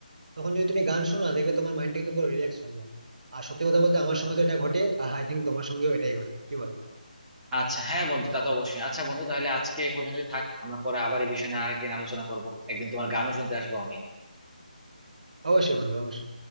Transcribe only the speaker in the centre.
আচ্ছা হ্যাঁ বন্ধু তা তো অবশ্যই আচ্ছা বন্ধু তাহলে আজকে এ পর্যন্তই থাক আমরা পরে আবার এই বিষয় নিয়ে আরেকদিন আলোচনা করব একদিন তোমার গানও শুনতে আসবো আমি